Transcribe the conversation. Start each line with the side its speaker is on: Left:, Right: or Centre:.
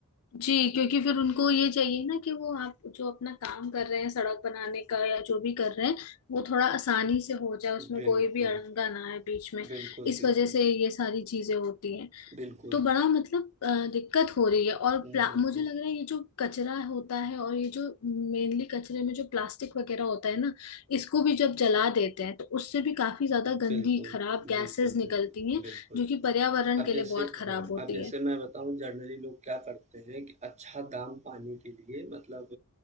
Left: जी क्योंकि फिर उनको ये चाहिए ना कि वो आप जो अपना काम कर रहे हैं सड़क बनाने का या जो भी कर रहे हैं वो थोड़ा आसानी से हो जाए उसमें
Right: बिल्कुल।
Left: कोई भी अड़ंगा ना आए बीच में
Right: बिल्कुल,
Left: इस
Right: बिल्कुल,
Left: वजह से ये सारी चीजें होती हैं
Right: बिल्कुल,
Left: तो बड़ा मतलब अ, दिक्कत हो रही है और
Right: बिल्कुल,
Left: प्ला- मुझे लग रहा है ये जो कचरा होता है और ये जो मेनली कचरे में जो प्लास्टिक वगैरह होता है ना इसको भी जब जला देते हैं तो उससे भी काफी ज्यादा गंदी
Right: बिल्कुल,
Left: खराब गैसेस
Right: बिल्कुल,
Left: निकलती
Right: बिल्कुल,
Left: हैं
Right: बिल्कुल।
Left: जो कि पर्यावरण
Right: अब
Left: के
Right: जैसे
Left: लिए बहुत खराब
Right: हाँ,
Left: होती
Right: अब जैसे
Left: है
Right: मैं बताऊँ जनरली लोग क्या करते हैं कि अच्छा दाम पाने के लिए मतलब